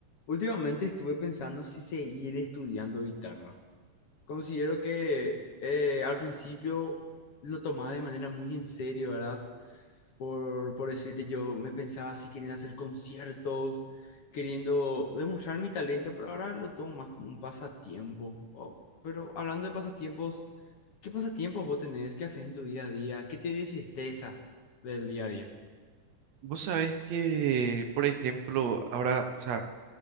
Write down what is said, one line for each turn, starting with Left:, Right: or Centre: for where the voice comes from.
Left: Últimamente estuve pensando si seguir estudiando guitarra. Considero que eh, al principio lo tomaba de manera muy en serio, ¿verdad? Por, por decirte, yo me pensaba si queriendo hacer conciertos, queriendo demostrar mi talento, pero ahora lo tomo más como un pasatiempo. Oh, pero hablando de pasatiempos, ¿qué pasatiempos vos tenés? ¿Qué haces en tu día a día? ¿Qué te desestresa del día a día?
Right: Vos sabés que, por ejemplo, ahora, o sea,